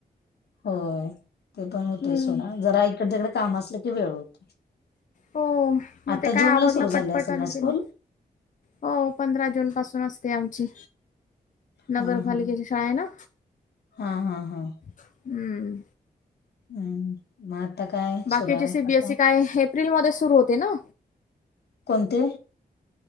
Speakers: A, on the left; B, on the left.
A: होय ते पण
B: हम्म
A: होतय सोडा जरा इकड तिकडे काम असलं की वेळ होतो.
B: हो मग
A: आता
B: ते काय
A: जून
B: आवरलं
A: ला सुरू झाले
B: पटपटाआणि
A: असेल ना
B: केले.
A: स्कूल
B: हो पंधरा जून पासून असते आमची.
A: हा
B: नगरपालिकेची
A: हा
B: शाळा आहे ना
A: हा हा हा
B: हम्म
A: हम्म म आता काय
B: बाकीचे
A: सुरू आहे
B: सीबीएसई
A: आता.
B: काय एप्रिलमध्ये सुरू होते ना.
A: कोणते